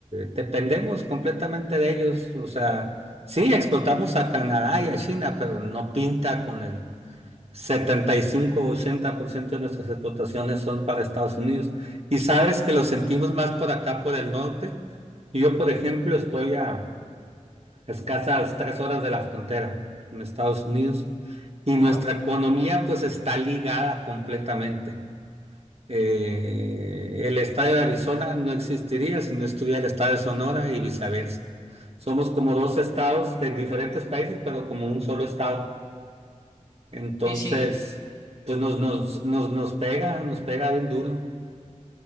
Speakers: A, on the right; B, on the left.
A: dependemos completamente de ellos. O sea, sí, exportamos a Canadá y a China, pero no pinta con el 75-80% de nuestras exportaciones son para Estados Unidos. Y sabes que lo sentimos más por acá, por el norte. Yo, por ejemplo, estoy a escasas tres horas de la frontera en Estados Unidos. Y nuestra
B: Wow.
A: economía pues está ligada completamente. Eh, el estado de Arizona no existiría si no estuviera el estado de Sonora y viceversa. Somos como dos estados de diferentes países, pero como un solo estado. Entonces,
B: Sí, sí,
A: pues nos, nos, nos, nos pega, nos pega bien duro.